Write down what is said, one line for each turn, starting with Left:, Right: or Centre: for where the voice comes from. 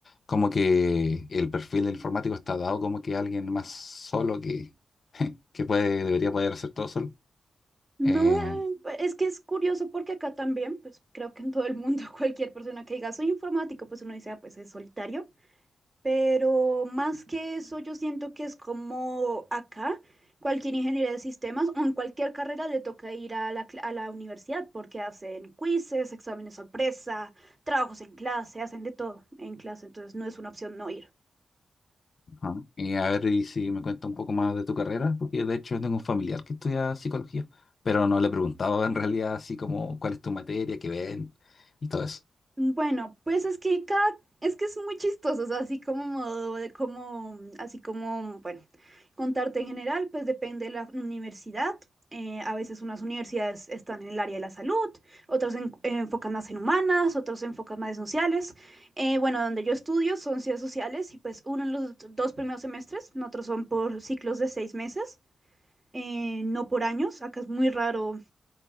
Left: Como que el perfil del informático está dado como que alguien más solo que, <laughs> que puede, debería poder hacer todo solo.
Right: No,
Left: Eh,
Right: eh, es que es curioso porque acá también, pues creo que en todo el mundo, <laughs> cualquier persona que diga soy informático, pues uno dice, "Ah, pues es solitario. Pero más que eso, yo siento que es como acá, cualquier ingeniería de sistemas o en cualquier carrera le toca ir a la, cl- a la universidad porque hacen quizzes, exámenes sorpresa, trabajos en clase, hacen de todo en clase, entonces no es una opción no ir.
Left: Ajá. Y a ver y si me cuenta un poco más de tu carrera, porque de hecho yo tengo un familiar que estudia psicología, pero no le he preguntado en realidad así como cuál es tu materia, qué ven y todo eso.
Right: Bueno, pues es que cada, es que es muy chistoso, o sea, así como modo de como, así como, bueno, contarte en general, pues depende de la universidad. eh, a veces unas universidades están en el área de la salud, otras en- eh, enfocan más en humanas, otras se enfocan más en sociales. Eh, bueno, donde yo estudio son ciencias sociales y pues uno en los dos primeros semestres, otros son por ciclos de seis meses, eh, no por años. Acá es muy raro